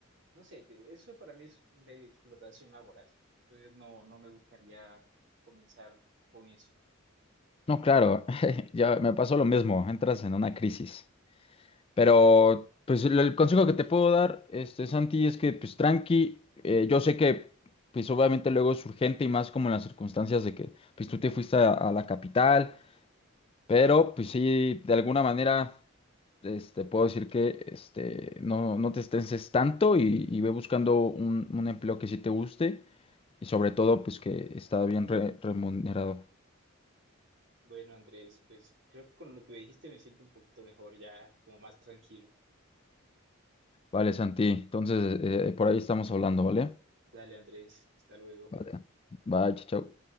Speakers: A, on the right (about 55°); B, on the left (about 25°).
A: no sé, te- eso para mí es medio explotación laboral, entonces no, no me gustaría comenzar con eso.
B: No, claro, <laughs> ya me pasó lo mismo, entras en una crisis. Pero, pues, el, el consejo que te puedo dar, este, Santi, es que, pues, tranqui, eh, yo sé que, pues, obviamente luego es urgente y más como en las circunstancias de que, pues, tú te fuiste a, a la capital, pero, pues, sí, de alguna manera, este, puedo decir que, este, no, no te estreses tanto y, y ve buscando un, un empleo que sí te guste y sobre todo, pues, que está bien re- remunerado.
A: Bueno, Andrés, pues creo que con lo que me dijiste me siento un poquito mejor, ya como más tranquilo.
B: Vale, Santi. Entonces, eh, por ahí estamos hablando, ¿vale?
A: Dale, Andrés, hasta luego.
B: Vale. Bye, chao. chao.